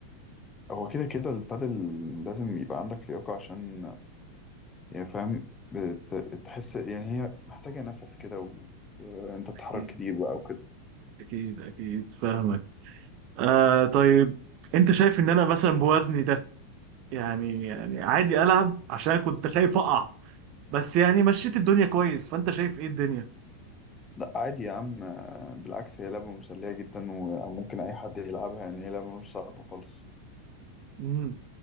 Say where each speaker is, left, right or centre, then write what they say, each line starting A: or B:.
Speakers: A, on the left; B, on the right.
A: هو كده كده البادل لازم يبقى عندك لياقه عشان يعني فاهم بت- تحس يعني هي محتاجه نفس كده و... وانت بتتحرك
B: اكيد
A: كتير بقى وكده
B: اكيد اكيد فاهمك آه طيب انت شايف ان انا مثلا بوزني ده يعني يعني عادي العب عشان كنت خايف اقع بس يعني مشيت الدنيا كويس فانت شايف ايه الدنيا
A: لا عادي يا عم بالعكس هي لعبه مسليه جدا وممكن اي حد يلعبها يعني هي لعبه مش صعبه خالص
B: مم.